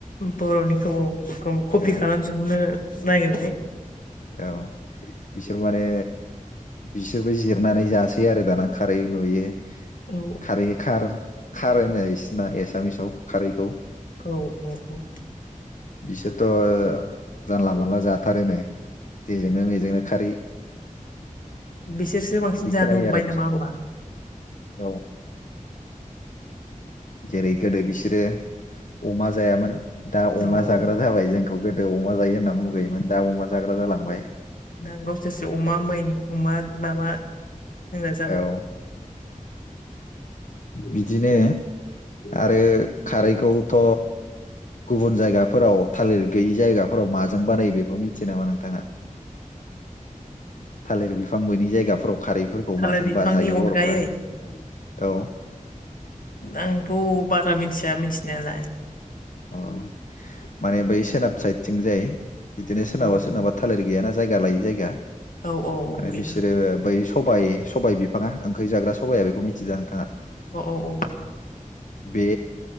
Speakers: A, on the left; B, on the left.
A: बर'निखौ कपि
B: औ
A: खालामजोबनो नागिरबाय
B: औ बिसोर माने बिसोरबो जिरनानै जासै आरो दाना खारै नुयो
A: औ
B: खारै खार खार होनो बिसिना एसामिसाव खारैखौ
A: औ औ औ
B: बिसोरथ' जानला मोनला जाथारो नो जेजोंनो मेजोंनो खारै
A: बिसोरसो बांसिन
B: बिदि
A: जानो
B: खोनायो
A: हमबाय
B: आरो बिसोरखौ
A: नामा होमबा
B: औ जेरै गोदो बिसोरो अमा जायामोन दा अमा
A: औ औ
B: जाग्रा जाबाय जोंखौ गोदो अमा जायो होनना मुगैयोमोन दा अमा जाग्रा जालांबाय
A: दा गावसोरसो अमा मेन अमा माबा होनग्रा जाबाय
B: औ बिदिनो आरो खारैखौथ' गुबुन जायगाफोराव थालिर गैयि जायगाफोराव माजों बानायो बेखौ मिथियो नामा नोंथाङा थालिर बिफां मोनि जायगाफोराव खारैफोरखौ
A: थालिर
B: माजों
A: बिफांनि
B: बानायना जायो
A: अनगायै
B: बर'फ्रा औ
A: आंथ' बारा मिथिया मिथिनायालाय
B: अ माने बै सोनाब साइदथिं जाय बिदिनो सोरनाबा
A: औ
B: सोरनाबा थालिर गैयाना जायगा लायै जायगा
A: औ औ औ
B: माने
A: गैया
B: बिसोरो बै सबाइ सबाइ बिफाङा ओंखै जाग्रा सबाया बेखौ मिथियो दा नोंथाङा
A: अ औ औ
B: बे